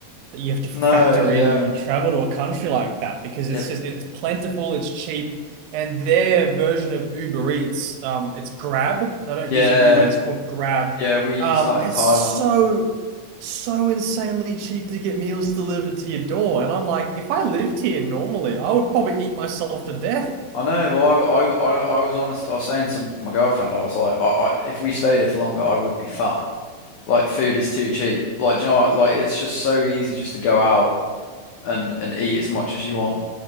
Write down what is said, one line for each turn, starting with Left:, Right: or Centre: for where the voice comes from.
Right: that you have to factor
Left: No, yeah.
Right: in when you travel to a country like that because
Left: It
Right: it's just it's plentiful, it's cheap, and their version of Uber Eats, um, it's Grab. They don't
Left: Yeah,
Right: use Uber, it's called Grab.
Left: yeah, we used
Right: Um,
Left: that in
Right: it's
Left: Thailand.
Right: so so insanely cheap to get meals delivered to your door, and I'm like, if I lived here normally, I would probably eat myself to death.
Left: I know. Well, I, I, I, I was honest. I was saying to my girlfriend, I was like, I, I, if we stayed here for longer, I would be fat. Like, food is too cheap. Like, do you know, what? like it's just so easy just to go out and and eat as much as you want.